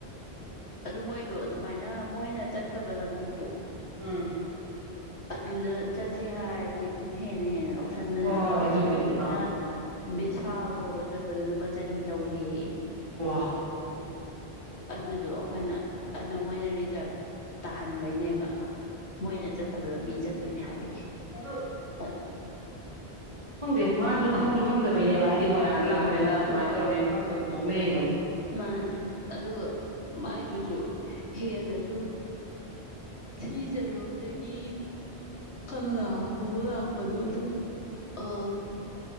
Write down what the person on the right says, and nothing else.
ꯎꯝ
ꯍꯣꯏ
ꯍꯣꯏ
ꯑꯗꯨꯕꯨꯗꯤ
ꯑꯥ
ꯋꯥ
ꯎꯝ
ꯑꯗꯨ
ꯈꯪꯗꯦ ꯃꯥꯁꯨ ꯈꯪꯁꯨꯨ ꯈꯪꯗꯕꯩꯅꯦ ꯚ ꯍꯥꯏ ꯗꯤ ꯃꯣꯏꯔꯥꯡꯗ
ꯂꯥꯛꯄꯅꯤꯅ
ꯑꯗꯨꯃꯥꯏꯅ ꯇꯧꯔꯅꯤ ꯈꯪꯗꯕꯗꯣ ꯂꯧꯅꯩꯗꯣ